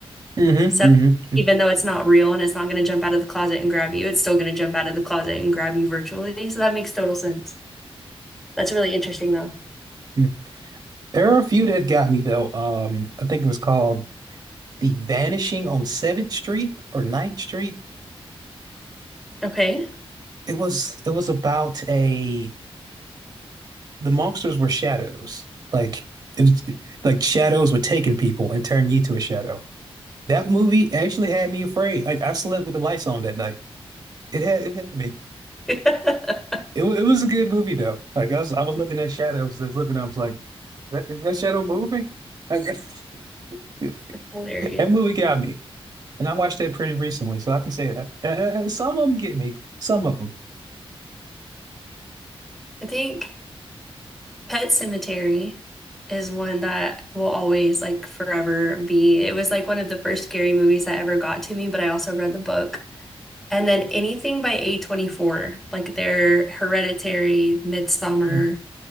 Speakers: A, on the right; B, in the centre.
A: mm-hmm,
B: So
A: mm-hmm,
B: even though it's not real and it's not going to jump out of the closet and grab you, it's still going to jump out of the closet and grab you virtually. So that makes total sense. That's really interesting though.
A: mm-hmm. There are a few that got me though. Um, I think it was called The Vanishing on Seventh Street or Ninth Street.
B: Okay.
A: It was it was about a the monsters were shadows. Like it was, like shadows were taking people and turning you to a shadow. That movie actually had me afraid. Like I slept with the lights on that night. It had it had me.
B: <laughs>
A: It, wa- it was a good movie though. Like I was I was looking at shadows. I was looking. I was like, is that, is that shadow moving? Like, <laughs>
B: Hilarious.
A: that movie got me, and I watched that pretty recently, so I can say that. Uh, uh, uh, some of them get me. Some of them.
B: I think Pet Cemetery is one that will always like forever be. It was like one of the first scary movies that ever got to me, but I also read the book. And then anything by A24, like their Hereditary, Midsummer,
A: Mm.